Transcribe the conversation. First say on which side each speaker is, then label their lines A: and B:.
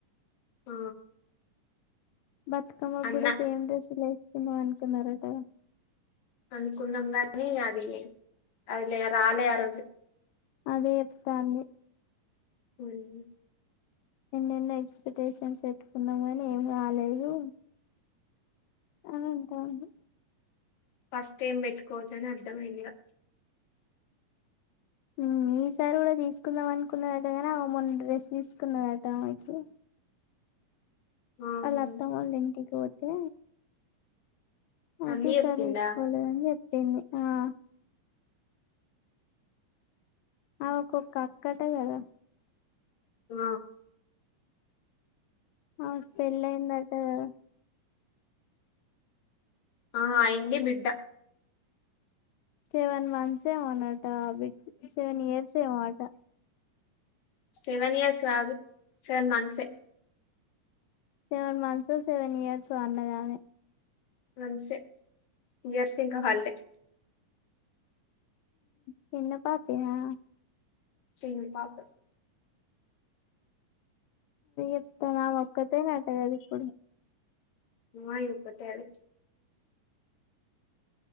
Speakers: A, on the left; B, on the left.
A: ఆ
B: బతుకమ్మకు
A: అన్న
B: కూడా సేమ్ డ్రెస్సు లేసుకుందం అనుకున్నారటగా
A: అనుకున్నాం గానీ అది అది లే రాలే ఆ రోజు
B: అదేచేప్తాంది
A: ఉహు
B: ఎన్నెన్నో ఎక్స్పెక్టేషన్స్ పెట్టుకున్నాం కాని ఏం కాలేదు అవుంతావును
A: ఫస్ట్ టైం పెట్టుకోద్దని అర్థమైందిగా
B: ఉమ్ ఈసారి కూడా తీసుకుందాం అనుకున్నదటగాని ఆమె మొన్న డ్రెస్ తీసుకున్నాదట ఆమెకి
A: ఆహా
B: అల్ అత్తమ్మోలింటికి పోతే అయితే
A: అన్ని
B: ఇసారి
A: చెప్పిందా
B: తీసుకోలేదని చెప్పింది ఆ ఆమెక్కొక్క అక్కాట గదా
A: ఆ
B: ఆమెక్ పెళ్ళయిందట గాద
A: ఆ అయింది బిడ్డ
B: సెవెన్ మంత్స్ ఏమోనట బిడ్ సెవెన్ ఇయర్స్ ఏమట
A: సెవెన్ ఇయర్స్ గాదు సెవెన్ మంత్సే
B: సెవెన్ మంత్సో సెవెన్ ఇయర్సో అన్నదామే
A: మంత్సే ఇయర్సింక వల్లే
B: చిన్న పాపెనా
A: చిన్ పాపే
B: ఇప్ప నా ఒక్కతే నట్టగదు ఇప్పుడు
A: మా ఇ పతవి